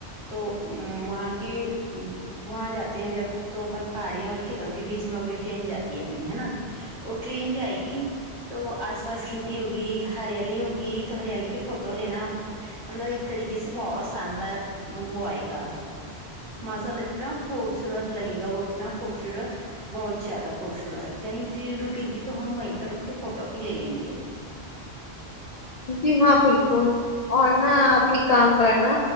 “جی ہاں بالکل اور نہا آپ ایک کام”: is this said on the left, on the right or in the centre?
Left